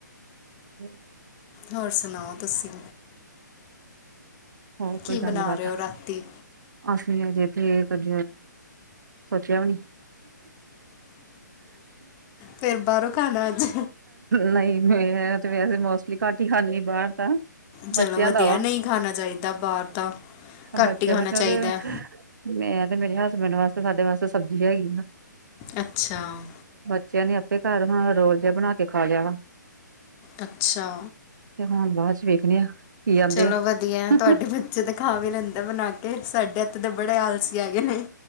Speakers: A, on the right; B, on the left.
A: <unintelligible>
B: ਹੋਰ ਸੁਣਾਓ ਤੁਸੀਂ
A: ਹੋਰ ਕੋਈ
B: ਕੀ ਬਣਾ
A: ਗੱਲਬਾਤ
B: ਰਹੇ ਓ ਰਾਤੀ।
A: ਅਸੀਂ ਅਜੇ ਤੇ ਕੁੱਝ ਸੋਚਿਆ ਵੀ ਨੀ।
B: ਫਿਰ ਬਾਹਰੋਂ ਖਾਣਾ ਅੱਜ।
A: ਨਹੀਂ ਮੈਂ ਤੇ ਵੈਸੇ ਮੋਸਟਲੀ ਘੱਟ ਹੀ ਖਾਂਣੀ ਬਾਹਰ ਤਾਂ।
B: ਚਲੋ
A: ਬੱਚਿਆਂ
B: ਵਧੀਆ
A: ਦਾ ਵਾ
B: ਨਹੀਂ ਖਾਣਾ ਚਾਹੀਦਾ ਬਾਹਰ ਦਾ
A: ਬੱਚਿਆਂ
B: ਘੱਟ ਹੀ ਖਾਣਾ
A: ਦਾ ਕਿਉਂਕਿ
B: ਚਾਹੀਦਾ
A: ਮੈਂ ਤੇ ਮੇਰੇ ਹਸਬੈਂਡ ਵਾਸਤੇ ਸਾਡੇ ਵਾਸਤੇ ਸਬਜ਼ੀ ਹੈਗੀ ਆ।
B: ਅੱਛਾ
A: ਬੱਚਿਆਂ ਨੇ ਆਪੇ ਘਰ ਹੁਣ ਰੋਲ ਜਾ ਬਣਾ ਕੇ ਖਾ ਲਿਆ ਵਾ।
B: ਅੱਛਾ,
A: ਤੇ ਹੁਣ ਬਾਅਦ ਚ ਵੇਖਣੇ ਆ। ਕੀ ਆਂਦੇ
B: ਚਲੋ ਵਧੀਆ
A: ਆ
B: ਤੁਹਾਡੇ ਬੱਚੇ ਤਾਂ ਖਾ ਵੀ ਲੈਂਦੇ ਬਣਾ ਕੇ ਸਾਡੇ ਏਥੇ ਦੇ ਬੜੇ ਆਲਸੀ ਹੈਗੇ ਨੇ।